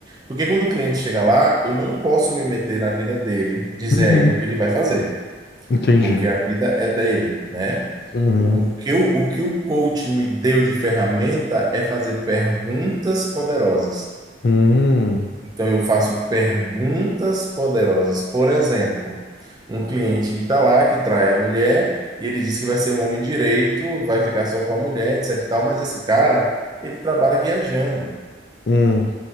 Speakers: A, on the right (about 20°); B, on the left (about 60°).
A: porque quando o cliente chega lá, eu não posso me meter na vida dele, dizer
B: uhum,
A: a ele o que ele vai fazer
B: entendi.
A: porque a vida é dele, né?
B: Uhum,
A: O que o, o que o coach me deu de ferramenta é fazer perguntas poderosas.
B: hum,
A: Então, eu faço perguntas poderosas. Por exemplo, um cliente que está lá, que trai a mulher, e ele diz que vai ser um homem direito, vai ficar só com a mulher, etc e tal, mas esse cara, ele trabalha viajando.
B: hum,